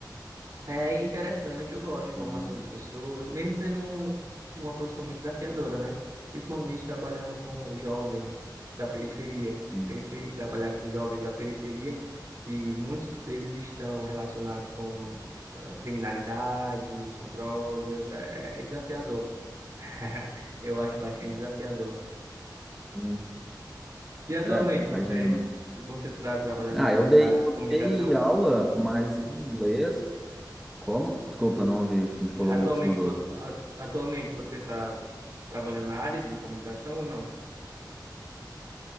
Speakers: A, on the right (about 50°); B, in the centre.
A: É interessante, eu gosto de formação
B: Ah,
A: de pessoas, mesmo sendo um- uma profissão muito desafiadora, né? Principalmente trabalhando com jovens da periferia.
B: sim.
A: Pensei em trabalhar com jovens da periferia, que muitos deles estão relacionados com ah, criminalidade, com drogas. É, é é desafiador. <laughs> Eu acho bastante desafiador.
B: Sim.
A: E atualmente,
B: É,
A: você
B: imagino.
A: você está trabalhando
B: Ah,
A: na área
B: eu dei,
A: da
B: eu
A: comunicação?
B: dei aula, mas de inglês. Como? Desculpa, não ouvi. Acho que a gente falou
A: Atualmente,
B: um por cima do
A: vo-
B: outro.
A: a- atualmente você está trabalhando na área de comunicação ou não?